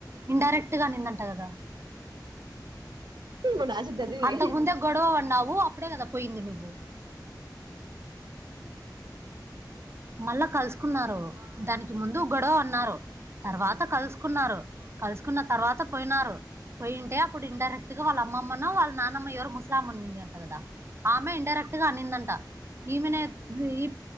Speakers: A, on the right; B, on the right.
A: ఇండైరెక్ట్ గా అనిందంట కదా
B: మన ఆశ చదివి
A: అంతకుముందే గొడవ వడినవు అప్పుడే కదా పోయింది నువ్వు మళ్ళా కలుసుకున్నారు దానికి ముందు గడో అన్నారు తర్వాత కలుసుకున్నారు కలుసుకున్న తర్వాత పోయినారు పోయింటే అప్పుడు ఇండైరెక్ట్ వాళ్ళ అమ్మమ్మను వాళ్ళ నానమ్మ ఎవరు ముస్లాం ఉంది అంట కదా ఆమె ఇడైరెక్ట్ గాన్నిందంట ఈమె ఎ